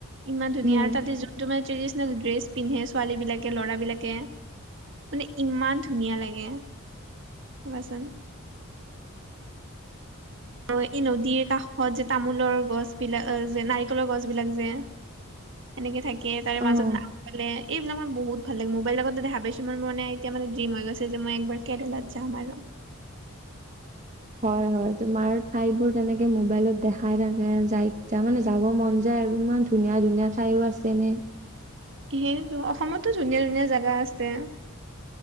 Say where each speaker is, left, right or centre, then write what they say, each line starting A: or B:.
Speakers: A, on the right; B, on the right.
A: ইমান ধুনীয়া
B: উম
A: আৰু তাতে যোনটো মানে ট্ৰেডিচনেল ড্ৰেছ পিন্ধে, ছোৱালী বিলাকে ল'ৰাবলাকে। মানে ইমান ধুনীয়া লাগে, ভাৱাচোন।
B: <inaudible> <inaudible>
A: এই নদীৰ কাষত যে, তামোলৰ গছ বিলাক যে, নাৰিকলৰ গছ বিলাক যে। সেনেকে থাকে, তাৰে মাজত
B: অ
A: নাম পালে এইবিলাক মোৰ বহুত ভাল লাগে, মোবাইল দেখা পাইছো এতিয়া মানে ড্ৰিম হৈ গৈছে, যে মই একবাৰ কেৰালাত যাম আৰু।
B: হয় হয় তোমাৰ ঠাই বোৰ তেনেকে মোবাইলত দেখাই থাকে যায়। তাৰমানানে যাব মন যায় আৰু ইমান ধুনীয়া, ধুনীয়া ঠাইও আছে এনেই।
A: সেইটো অসমতো ধুনীয়া, ধুনীয়া জেগা আছে।